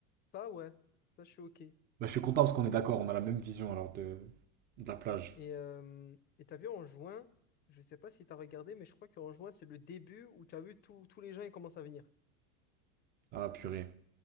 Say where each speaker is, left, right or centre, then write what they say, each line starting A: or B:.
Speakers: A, on the left; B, on the right.
A: Ça, ouais, ça, je suis OK.
B: Bah, je suis content parce qu'on est d'accord, on a la même vision alors de, de la plage.
A: Et euh, et t'as vu, en juin, je sais pas si t'as regardé, mais je crois qu'en juin, c'est le début où t'as vu tous tous les gens, ils commencent à venir.
B: Ah, purée.